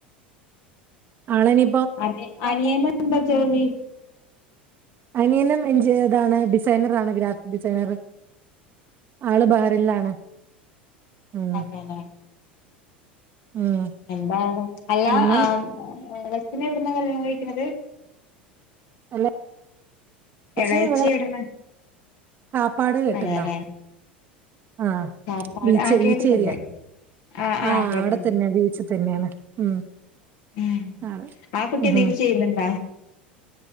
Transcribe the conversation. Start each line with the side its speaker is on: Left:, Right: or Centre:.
Right: ആളെനി
Left: അനി അനിയന് എന്താ ജോലി
Right: അനിയനും എഞ്ചിനിയർറാണ് ഡിസൈനർ ആണ് ഗ്രാഫ് ഡിസൈനറ് ആള് ബെഹറിനിലാണ് ഉം
Left: അതെല്ലേ
Right: ഉം
Left: എന്താണ് അല്ല
Right: പിന്നെ
Left: ആം വെസ്റ്റിന്എവിടുന്നാ കല്യാണം കഴിക്കുന്നത്
Right: അല്ല അച്ഛന്
Left: എളയച്ചി
Right: ഇവിടെ
Left: എവിടുന്നാ
Right: കാപ്പാട് കേട്ടുണ്ടോ
Left: അതെല്ലെ
Right: ആഹ്
Left: കാപ്പാട്
Right: ബീച്ച്
Left: ആ കേട്ടിട്ടുണ്ട്
Right: ബീച്ച് ഏരിയ
Left: ആ ആ
Right: ആഹ്
Left: കേട്ടിട്ടുണ്ട്
Right: അവിടെ തന്നെയ ബീച്ച് തന്നെയാണ് ഉം
Left: ഉം
Right: അതെ
Left: ആ കുട്ടി
Right: ഉം
Left: എന്തെങ്കിലും ചെയ്യുന്നുണ്ടാ